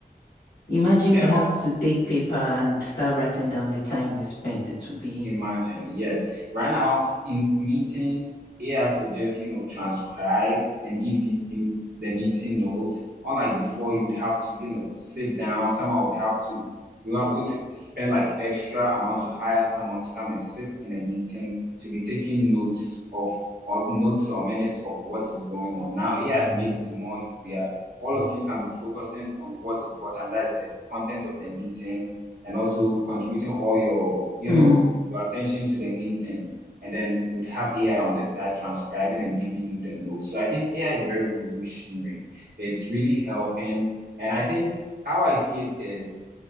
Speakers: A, on the left; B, on the right.
A: Imagine
B: yeah
A: we have to take paper and start writing down the time we spent. It will be,
B: Imagine, yes. Right now in meetings, AI could just, you know, transcribe and give you the meeting notes. Unlike before, you would have to, you know, sit down. Someone would have to, we are going to spend like extra amount to hire someone to come and sit in a meeting to be taking notes of or notes or minutes of what is going on. Now, AI has made it more easier. All of you can be focusing on what's important. That is the content of the meeting and also contributing all your, you
A: mm,
B: know, your attention to the meeting, and then you'd have AI on the side transcribing and giving you the notes. So I think AI is very revolutionary. It's really helping. And I think how I see it is